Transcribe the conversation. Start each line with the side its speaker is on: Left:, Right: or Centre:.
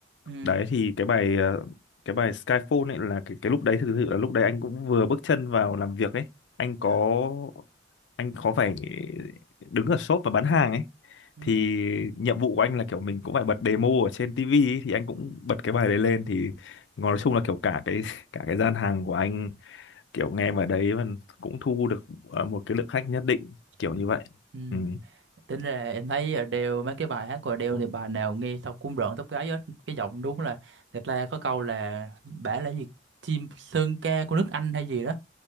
Right: ừ
Left: đấy thì cái bài ờ, cái bài Skyfall ấy là cái, cái lúc đấy thực sự là lúc đấy anh cũng vừa bước chân vào làm việc ấy anh
Right: dạ
Left: có anh có phải đứng ở shop và bán hàng ấy
Right: ừ
Left: thì nhiệm vụ của anh là kiểu mình cũng phải bật demo ở trên tivi ấy, thì anh cũng bật cái bài đấy lên thì nói chung là kiểu cả cái <laughs> cả cái gian hàng của anh kiểu nghe vào đấy và cũng thu được ờ, một cái lượng khách nhất định kiểu
Right: ừ
Left: như vậy
Right: ừ.
Left: ừ,
Right: tính ra em thấy Adele mấy cái bài hát của Adele thì bài nào nghe xong cũng rợn tóc gáy hết cái giọng đúng là người ta có câu là bả là gì chim sơn ca của nước Anh hay gì đó